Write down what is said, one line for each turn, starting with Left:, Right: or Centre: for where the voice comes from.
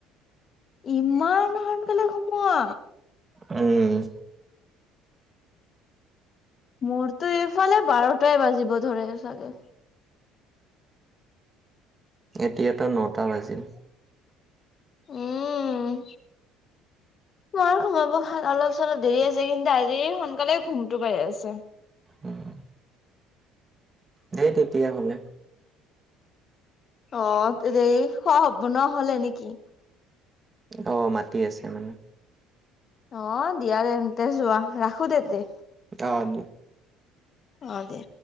Left: ইমান সোনকালে সোমোৱা।
Right: উম।
Left: মোৰতো এইফালে বাৰটাই বাজিব ধৰে চাগে।
Right: এতিয়াতো নটা বাজিল।
Left: উম, মাৰ সোমাব হ'ল অলপ চলপ দেৰি আছে কিন্তু আজি সোনকালে ঘুমটো পাৰি আছে।
Right: উম। দে তেতিয়া হলে।
Left: অ খোৱা এনেই‌ বনোৱা হলেই নেকি?
Right: অ মাতি আছে মানে।
Left: অ দিয়া তেন্তে যোৱা ৰাখো তেন্তে।
Right: অ ন
Left: অ দে।